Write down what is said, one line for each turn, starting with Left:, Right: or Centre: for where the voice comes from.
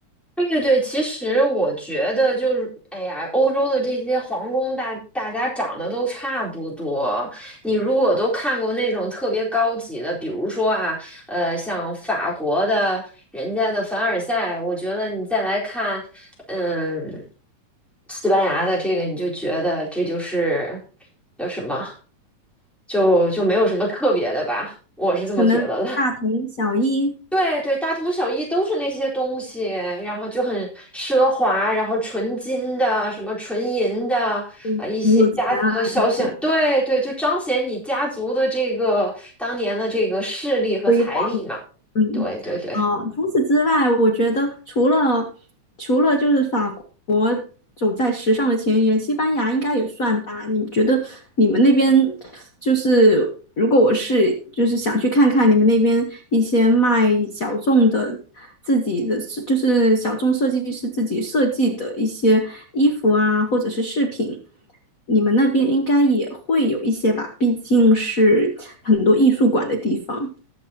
Centre: 对对对，其实我觉得就是，哎呀，欧洲的这些皇宫大，大家长得都差不多。你如果都看过那种特别高级的，比如说啊，呃，像法国的人家的凡尔赛，我觉得你再来看，嗯，西班牙的这个，你就觉得这就是叫什么，就就没有什么特别的吧，我是这么觉得的。
Left: 可能大同小异。
Centre: 对对，大同小异都是那些东西，然后就很奢华，然后纯金的，什么纯银的，
Left: 嗯很有钱啊，
Centre: 家族的肖像，
Left: 听起来
Centre: 对对，就彰显你家族的这个当年的这个势力和财力嘛。
Left: 辉煌。嗯，
Centre: 对对对，
Left: 哦，除此之外，我觉得除了除了就是法国走在时尚的前沿，西班牙应该也算吧？你觉得你们那边就是如果我是就是想去看看你们那边一些卖小众的自己的就是小众设计师自己设计的一些衣服啊，或者是饰品，你们那边应该也会有一些吧？毕竟是很多艺术馆的地方。